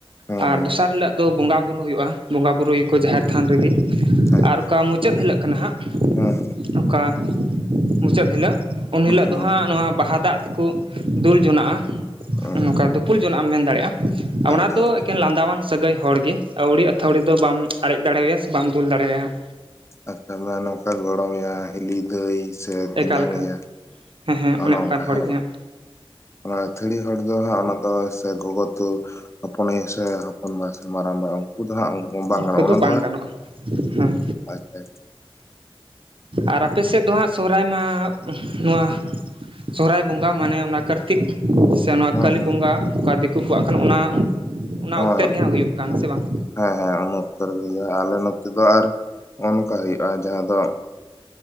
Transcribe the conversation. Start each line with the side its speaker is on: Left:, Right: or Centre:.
Left: ᱦᱮᱸ
Right: ᱟᱨ
Left: ᱦᱮᱸ
Right: ᱫᱚᱥᱟᱨ ᱦᱤᱞᱚᱜ ᱫᱚ ᱵᱚᱸᱜᱟᱼ ᱵᱩᱨᱩ ᱦᱩᱭᱩᱜᱼᱟ ᱵᱚᱸᱜᱟ ᱵᱩᱨᱩᱭᱟᱠᱚ ᱡᱟᱦᱮᱨ ᱛᱷᱟᱱ ᱨᱮᱜᱮ
Left: ᱟᱪᱪᱷᱟ
Right: ᱟᱨ ᱚᱠᱟ ᱢᱩᱪᱟᱹᱫ ᱦᱤᱞᱚᱜ ᱠᱟᱱᱟ ᱦᱟᱸᱜ
Left: ᱦᱮᱸ ᱦᱮᱸ
Right: ᱚᱠᱟ ᱢᱩᱪᱟᱹᱫ ᱦᱤᱞᱚᱜ ᱩᱱ ᱦᱤᱞᱚᱜ
Left: ᱦᱮᱸ
Right: ᱫᱚ ᱦᱟᱸᱜ ᱱᱚᱣᱟ ᱵᱟᱦᱟ ᱫᱟᱜ ᱛᱮᱠᱚ ᱫᱩᱞ ᱡᱚᱱᱟᱜᱼᱟ
Left: ᱦᱮᱸ
Right: ᱱᱚᱝᱠᱟ ᱫᱩᱯᱩᱞ ᱡᱚᱱᱟᱜ ᱮᱢ ᱢᱮᱱ ᱫᱟᱲᱮᱭᱟᱜᱼᱟ
Left: ᱟᱪᱪᱷᱟ
Right: ᱚᱱᱟ ᱫᱚ ᱮᱠᱮᱱ ᱞᱟᱸᱫᱟᱣᱟᱱ ᱥᱟᱹᱜᱟᱹᱭ ᱦᱚᱲᱜᱮ ᱟᱹᱣᱲᱤ ᱟᱹᱛᱷᱟᱹᱣᱲᱤ ᱫᱚ ᱵᱟᱢ ᱟᱨᱮᱡ ᱫᱟᱲᱮᱣᱟᱭᱟ ᱥᱮ ᱵᱟᱢ ᱫᱩᱞ ᱫᱟᱲᱮᱣᱟᱭᱟ ᱦᱟᱸᱜ
Left: ᱟᱪᱪᱷᱟ ᱢᱟ ᱱᱚᱝᱠᱟ ᱜᱚᱲᱚᱢᱮᱭᱟ ᱦᱤᱞᱤ ᱫᱟᱹᱭ ᱥᱮ
Right: ᱮᱠᱟᱞ
Left: ᱛᱮᱭᱟᱝᱟᱭᱟ
Right: ᱮᱠᱟᱞ ᱦᱮᱸ ᱦᱮᱸ
Left: ᱚᱱᱮ
Right: ᱚᱱᱠᱟᱱ
Left: ᱚᱱᱠᱟ
Right: ᱦᱚᱲᱜᱮ
Left: ᱦᱮᱸ ᱵᱟᱝ
Right: ᱦᱟᱸᱜ
Left: ᱚᱱᱟ ᱟᱹᱛᱷᱟᱹᱲᱤ ᱦᱚᱲ ᱫᱚ ᱦᱟᱸᱜ ᱚᱱᱟ ᱫᱚ ᱥᱮ ᱜᱚᱜᱚ ᱛᱚ ᱦᱚᱯᱚᱱ ᱟᱭᱳ ᱥᱮ ᱦᱚᱯᱚᱱ ᱵᱟ ᱥᱮ ᱢᱟᱨᱟᱝ ᱵᱟ ᱩᱱᱠᱩ ᱫᱚ ᱦᱟᱸᱜ ᱵᱟᱝ
Right: ᱩᱱᱠᱩ
Left: ᱜᱟᱱᱚᱜᱼᱟ ᱚᱱᱟ
Right: ᱵᱟᱝ
Left: ᱫᱚ
Right: ᱜᱟᱱᱚᱜᱼᱟ ᱦᱮᱸ
Left: ᱟᱪᱪᱷᱟ
Right: ᱟᱨ ᱟᱯᱮ ᱥᱮᱫ ᱫᱚ ᱦᱟᱸᱜ ᱥᱚᱦᱨᱟᱭ ᱢᱟ ᱱᱚᱣᱟ ᱥᱚᱦᱨᱟᱭ ᱵᱚᱸᱜᱟ ᱢᱟᱱᱮ ᱚᱱᱟ ᱠᱟᱨᱼᱼ ᱛᱤᱠ ᱥᱮ
Left: ᱦᱮᱸ
Right: ᱱᱚᱣᱟ ᱠᱟᱹᱞᱤ
Left: ᱦᱮᱸ
Right: ᱵᱚᱸᱜᱟ ᱚᱠᱟ ᱫᱤᱠᱩ ᱠᱚᱣᱟᱜ ᱠᱟᱱᱟ ᱚᱱᱟ ᱚᱱᱟ
Left: ᱱᱚᱣᱟ
Right: ᱚᱠᱛᱮ ᱨᱮᱜᱮ ᱦᱟᱸᱜ ᱦᱩᱭᱩᱜ ᱠᱟᱱ ᱥᱮ ᱵᱟᱝ
Left: ᱦᱮᱸ ᱦᱮᱸ ᱩᱱ ᱚᱠᱛᱚ ᱨᱮ ᱦᱩᱭᱩᱜ ᱟ ᱟᱞᱮ ᱱᱚᱛᱮ ᱫᱚ ᱟᱨ ᱱᱚᱜ ᱱᱚᱝᱠᱟ ᱦᱩᱭᱩᱜᱼᱟ ᱡᱟᱦᱟᱸ ᱫᱚ